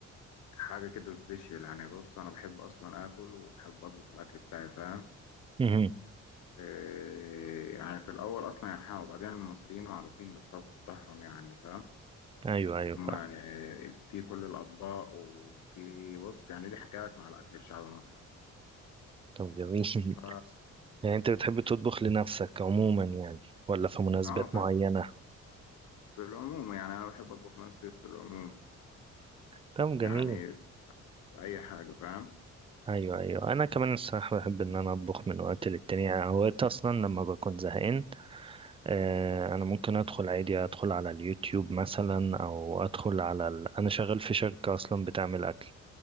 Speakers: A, on the left (about 80°); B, on the right (about 20°).
A: حاجه كده سبيشال يعني بص انا بحب اصلا اكل وبحب اطبخ الاكل بتاعي فاهم
B: مهم.
A: إيه يعني في الاول اصلا يعني ها، وبعدين المصريين معروفين بالطبخ بتاعهم يعني فاهم
B: ايوه
A: يكون
B: ايوه
A: ما-
B: فاهم
A: إيه، في كل الاطباق وفي بص يعني ليه حكايات مع الاكل الشعبي المصري
B: طب جميل <laughs>
A: ف
B: يعني انت بتحب تطبخ لنفسك عموما يعني ولا في مناسبات
A: اه في
B: معينة
A: في العموم يعني انا بحب اطبخ نفسي في العموم
B: طب
A: يعني
B: جميل
A: في اي حاجه فاهم
B: ايوه ايوه انا كمان الصراحة بحب ان انا اطبخ من وقت للتاني يعني اوقات اصلا لما بكون زهقان آه، انا ممكن ادخل عادي ادخل على اليوتيوب مثلا او ادخل على ال... انا شغال في شركة اصلا بتعمل اكل